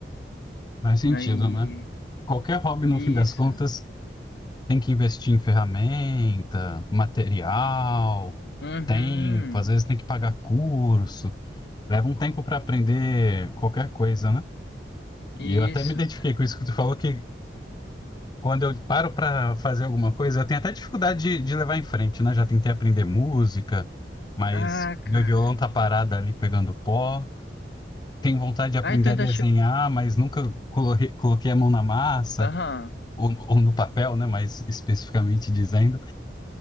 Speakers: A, on the left; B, on the left.
A: Faz sentido,
B: Aí,
A: né? Qualquer hobby, no
B: isso.
A: fim das contas, tem que investir em ferramenta, material,
B: Uhum.
A: tempo. Às vezes tem que pagar curso. Leva um tempo para aprender qualquer coisa, né? E
B: Isso.
A: eu até me identifiquei com isso que tu falou, que Quando eu paro para fazer alguma coisa, eu tenho até dificuldade de, de levar em frente, né? Já tentei aprender música, mas
B: Ah, cara.
A: meu violão tá parado ali pegando pó. Tenho vontade de aprender
B: Ah, então
A: a
B: ainda
A: desenhar,
B: che...
A: mas nunca coloquei, coloquei a mão na massa,
B: Aham.
A: ou, ou no papel, né? Mais especificamente dizendo.